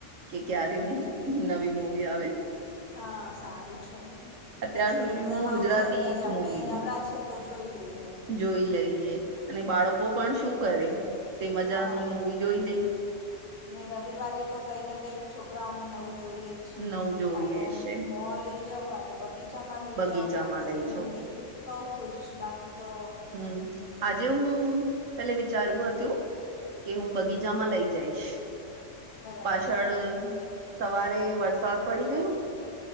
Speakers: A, on the right; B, on the left.
A: કે ક્યારે
B: હમ હમ
A: નવી મુૂવી આવે
B: હા સારું છે ને
A: અત્યાર
B: પછી
A: સુધી
B: એક્ઝામ
A: હું
B: આવશે
A: ગુજરાતી
B: અત્યારે
A: જ
B: આપણે
A: મૂવી
B: નવરા છે તો જોઈ લઈએ એમ
A: જોઈ લઈએ અને બાળકો
B: હા
A: પણ શું કરે તે મજાની
B: હા
A: મુૂવી જોઈ લે
B: ને રવિવારે તો કંઈ ના કંઈક છોકરાઓને નવું જોઈએ
A: નવું જોઈએ
B: કા તો
A: છે
B: મો લઈ જાાવ કા તો બગીચામાં લઈ
A: બગીચામાં
B: જાાવ કા તો
A: લઈ
B: મૂવી
A: જઉ
B: તો ખુશ બાકી તો
A: હમ આજે હું પેલે વિચાર્યું હતું કે હું બગીચામાં લઈ જઈશ
B: બરાબર
A: પાછળ સવારે વરસાદ પડી ગયું